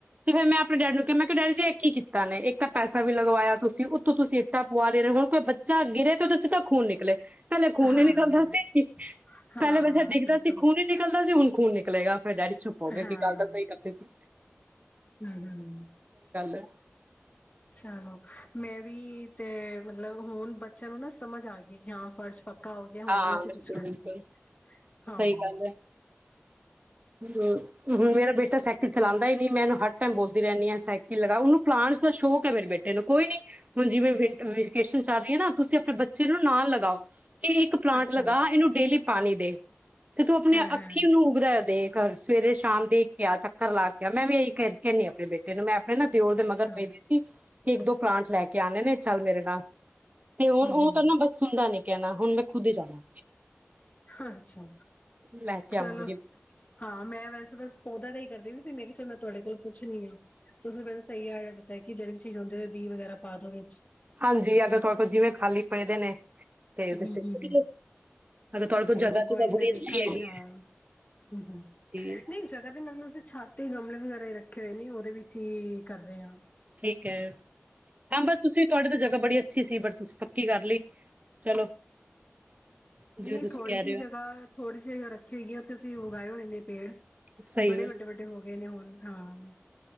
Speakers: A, on the right; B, on the left.
A: ਕਿਵੇ ਮੈਂ ਆਪਣੇ ਡੈਡੀ ਨੂੰ ਕਿਆ ਮੈਂ ਕਿਆ ਡੈਡੀ ਜੀ ਐ ਕੀ ਕੀਤਾ ਨੇ ਇੱਕ ਤਾਂ ਪੈਸਾ ਵੀ ਲਗਵਾਇਆ ਤੁਸੀ ਉੱਤੋਂ ਤੁਸੀ ਇੱਟਾਂ ਪਵਾ ਲੇ ਰੇ ਔ ਹੁਣ ਕੋਈ ਬੱਚਾ ਗਿਰੇ ਤੇ ਉਦੇ ਸਿੱਧਾ ਖੂਨ ਨਿਕਲੇ ਪੈਲੇ ਖੂਨ
B: ਹਾਂ,
A: ਨੀ ਨਿਕਲਦਾ
B: ਹਾਂ,
A: ਸੀ।
B: ਹਾਂ
A: ਪੈਲੇ ਬਚਾ ਡਿੱਗਦਾ
B: ਬਿਲਕੁਲ
A: ਸੀ ਖੂਨ ਨੀ ਨਿਕਲ ਹੁਣ ਖੂਨ ਨਿਕਲੇਗਾ। ਮੇਰੇ ਡੈਡੀ ਚੁੱਪ ਹੋ ਗਏ
B: ਹਾਂ
A: ਕਿ ਗੱਲ ਤਾਂ ਸਈ ਕਰ ਦਿੱਤੀ।
B: ਹੂੰ, ਹੂੰ, ਹੂੰ।
A: ਹੈ
B: ਚਲੋ, ਮੈਂ ਵੀ ਤੇ ਮਤਲਬ ਹੁਣ ਬੱਚਿਆਂ ਨੂੰ ਨਾ ਸਮਝ ਆ ਗੀ ਕਿ ਹਾਂ ਫਰਸ਼ ਪੱਕਾ ਹੋ ਗਿਆ, ਹੁਣ
A: ਹਾਂ
B: ਨੀ ਅਸੀ
A: ਬਿਲਕੁਲ
B: ਕੁਛ ਕਰਨਾ।
A: ਬਿਲਕੁਲ ਸਹੀ
B: ਹਾਂ।
A: ਗੱਲ ਹੈ <unintelligible> ਮੇਰਾ ਬੇਟਾ ਸਾਈਕਲ ਚਲਾਂਦਾ ਈ ਮੈਨੂੰ ਹਰ ਟਾਈਮ ਬੋਲਦੀ ਰਹਿੰਨੀ ਆਂ ਸਾਈਕਿਲ ਲਗਾਔ ਉਨੂੰ ਪਲਾਂਟਸ ਦਾ ਸ਼ੌਕ ਐ ਮੇਰੇ ਬੇਟੇ ਨੂੰ। ਕੋਈ ਨੀ ਹੁਣ ਜਿਵੇਂ ਵੇਕ ਵੇਕੇਸ਼ਨਸ ਚੱਲ ਰਈ ਐ ਨਾ ਤੁਸੀ ਆਪਣੇ ਬੱਚੇ ਨੂੰ ਨਾਲ ਲਗਾਔ। ਇਹ ਇੱਕ ਪਲਾਂਟ
B: ਅੱਛਾ
A: ਲਗਾ ਇਹਨੂੰ ਡੇਲੀ ਪਾਣੀ ਦੇ ਤੇ ਤੂੰ ਆਪਣੀਆਂ
B: ਹਾਂ
A: ਅੱਖੀ
B: ਹਾਂ
A: ਇਨੂੰ ਉਗਦਾ ਹੋਇਆ ਤੇ ਘਰ ਸਵੇਰੇ ਸ਼ਾਮ ਦੇਖ ਕੇ ਆ, ਚੱਕਰ ਲਾ ਕੇ ਆ। ਮੈਂ ਵੀ ਇਹੀ ਕਰ ਕੇਨੀ ਆਂ ਆਪਣੇ ਬੇਟੇ ਨੂੰ ਮੈਂ ਮੈਂ ਨਾ ਦਿਔਰ ਦੇ
B: ਅੱਛਾ
A: ਮਗਰ ਪੈਂਦੀ ਸੀ ਕੇ ਇੱਕ-ਦੋ ਪਲਾਂਟ ਲੈ ਕੇ ਆਣੇ ਨੇ ਚੱਲ ਮੇਰੇ ਨਾਲ ਤੇ
B: ਹੂੰ
A: ਹੁਣ
B: ਹੂੰ
A: ਔ ਤਾਂ ਨਾ ਬਸ ਸੁਣਦਾ ਨੀ ਕੈਣਾ, ਹੁਣ ਮੈਂ ਖੁਦ ਈ ਜਾਨੈ।
B: ਅੱਛਾ।
A: ਲੈ ਕੇ
B: ਚਲੋ,
A: ਆਵਾਂਗੀ
B: ਹਾਂ ਮੈਂ ਵੈਸੇ ਬਸ ਪੌਦਾ ਤਾ ਏਈ ਕਰਦੇ ਵੀ ਸੀ ਮੈਂ ਕਿਆ ਚਲ ਮੈਂ ਤੁਆਡੇ ਕੋਲ ਪੁੱਛਨੀ ਆਂ। ਤੁਸੀ ਮੈਨੂੰ ਸਈ ਆਈਡੀਆ ਦਿੱਤਾ ਕਿ ਜਿਹੜੀ ਵੀ ਚੀਜ਼ ਹੁੰਦੀ ਏ ਬੀ ਵਗੈਰਾ ਪਾ ਦੋ ਵਿੱਚ
A: ਹਾਂਜੀ, ਅਗਰ ਤੁਆਡੇ ਕੋਲ ਜਿਵੇਂ ਖਾਲੀ ਪਏ ਦੇ ਨੇ ਤੇ ਉਹਦੇ
B: ਹੂੰ,
A: ਚ
B: ਹੂੰ,
A: ਸੁੱਟ
B: ਹੂੰ
A: ਲੋ ਅਗਰ ਤੁਹਾਡੇ ਕੋਲ
B: ਚਲੋ
A: ਜਗ੍ਹਾ
B: ਕੋਈ
A: ਜੁਗਾ
B: ਨੀ
A: ਬੜੀ
B: ਮੈਂ
A: ਅੱਛੀ
B: ਦੇਖਾਂਗੀ
A: ਹੈਗੀ
B: ਹਾਂ,
A: ਹੈ
B: ਹੂੰ-ਹੂੰ
A: ਤੇ
B: ਨਈ ਜਗ੍ਹਾ ਤੇ ਮੈਨੂੰ ਸੀ ਛੱ ਤ ਤੇ ਗਮਲੇ ਵਗੈਰਾ ਈ ਰੱਖੇ ਹੋਏ ਨੇ ਔਦੇ ਵਿੱਚ ਈ ਕਰਨੇ ਆਂ।
A: ਠੀਕ ਐ। ਹਾਂ, ਬਸ ਤੁਸੀ ਤੁਆਡੇ ਤੇ ਜਗ੍ਹਾ ਬੜੀ ਅੱਛੀ ਸੀ ਬਟ ਤੁਸੀ ਪੱਕੀ ਕਰ ਲਈ। ਚਲੋ ਜਿਵੇਂ
B: ਨਈ
A: ਤੁਸੀਂ
B: ਥੋੜੀ
A: ਕਹਿ
B: ਜੀ
A: ਰਹੇ
B: ਜਗਾ,
A: ਹੋ
B: ਥੋੜੀ ਜਗਾ ਰੱਖੀ ਹੋਈ ਏ ਉੱਥੇ ਅਸੀਂ ਉਗਾਏ ਹੋਏ ਨੇ ਪੇੜ
A: ਸਹੀ
B: ਬੜੇ ਵੱਡੇ-ਵੱਡੇ ਹੋ ਗਏ ਨੇ ਹੁਣ, ਹਾਂ।